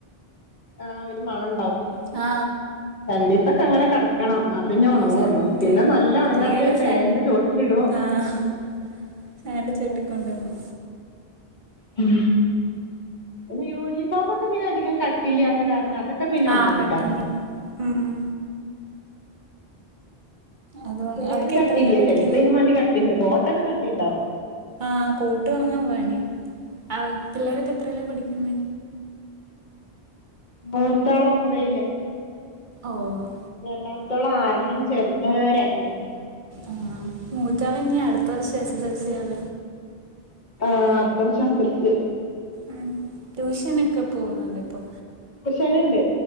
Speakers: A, on the left; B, on the right.
A: ആ ഒരു മണണ്ടാവും
B: ആ
A: രണ്ടീസം ഒക്കെ അങ്ങനെ കെട ക്കണം എന്നാപ്പിന്നെ
B: ഉം
A: ഉണങ്ങുള്ളു
B: സത്യം
A: പിന്നെ നല്ല ഉണങ്ങാത്തത്
B: അല്ലെങ്കി വല്ല
A: ഫാനിന്റെ ചോട്ടിലിടും
B: ആഹ് ഫാന്റെ
A: ന്ന്പ്പത
B: ചോട്ടിക്കൊണ്ടിടണം
A: <unintelligible> ഉം. ല യൂണിഫോമൊക്കെ പിന്നധികം കട്ടില്ലാത്ത കാരണം അതക്കെ പിന്നൊണങ്ങുട്ടോ.
B: ആഹ് പെട്ടെന്ന് ഉം ഉം. അതുകൊണ്ട്
A: ചെലേത്
B: അവരൊക്കെ
A: കട്ടില്ല,
B: എത്രയിലാ പഠിക്കുന്നെ
A: ചെലേത യ്‌നുംമാണ്ടി കട്ടിണ്ട് കോട്ടൊക്കെ കട്ടിണ്ടാവും.
B: ആഹ കോട്ടു ഒൺങ്ങാൻ പണ്യ. അ പിള്ളേരൊക്കെത്രല പഠിക്കുന്നെ?
A: മൂത്താള് ഒമ്പയില്.
B: ഓഹ്
A: രണ്ടാമത്തോളാറിലും ചെർത് രണ്ടിലും.
B: ആഹ് മൂത്താള് ഞ് അടുത്ത വർഷം എസ് എസ് എൽ സി ആക.
A: ആഹ് അട്ത്തർഷം എസ് എൽ സി.
B: ആഹ് ട്യൂഷനൊക്കെ പോവുന്നുണ്ടൊ പ്പോ?
A: ട്യൂഷന്ണ്ട്